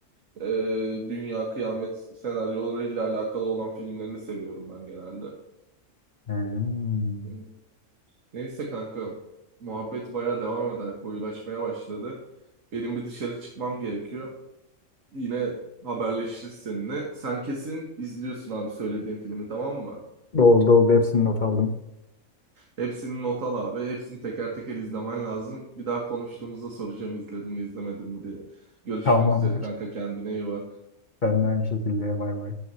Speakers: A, on the right (about 80°); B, on the left (about 40°).
A: e, dünya kıyamet senaryolarıyla alakalı olan filmlerini seviyorum ben genelde.
B: Hmm.
A: Hı. Neyse kanka muhabbet baya devam eder koyulaşmaya başladı. Benim bir dışarı çıkmam gerekiyor. Yine haberleşiriz seninle. Sen kesin izliyorsun abi söylediğim filmi tamam mı?
B: Oldu oldu hepsini not aldım.
A: Hepsini not al abi. Hepsini teker teker izlemen lazım. Bir daha konuştuğumuzda soracağım izledim mi izlemedim mi diye. Görüşmek
B: Tamamdır.
A: üzere kanka kendine iyi bak.
B: Ben de aynı şekilde bay bay.